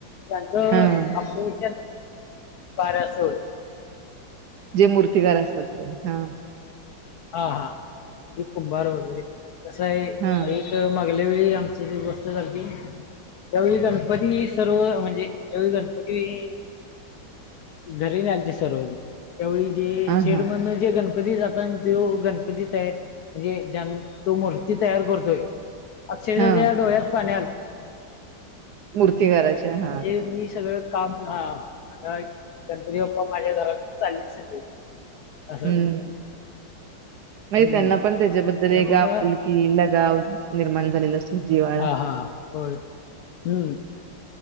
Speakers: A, on the left; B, on the right.
A: त्यांचं
B: हा
A: आपण विचार <unintelligible> कार्य अस हो त
B: जे मूर्तिकार असतात ते हा
A: आम हा हा म्हणजे कुंभार वगैरे तसं आहे
B: हा
A: एक माग त्यावेळी आमची गोष्ट त्यावेळी गणपती सर्व म्हण या वेळी गणपती घरी न आलते सर्वज त्यावेळी जे
B: हा
A: शेड
B: हा
A: म्हण जे गण गणपती जाताना तो गणपती तया म्हणजे ज्यां तो मूर्ती तयार करतोय अक्षरश
B: हा
A: त्या डोळ्यात पाण्याल
B: मूर्ती करााच्या हा
A: हे मी सगळं काम हा आता गणपती बाप्पा माझ्या घरात चालले सगळे असं
B: हम्म म्हणजे
A: हम्म
B: त्यांना पण त्याच्याबद्दल
A: त्यामुळं
B: एक आपुलकी गाव निर्माण झालेलं असत जिव्हाळा
A: हा हा हा होय हम्म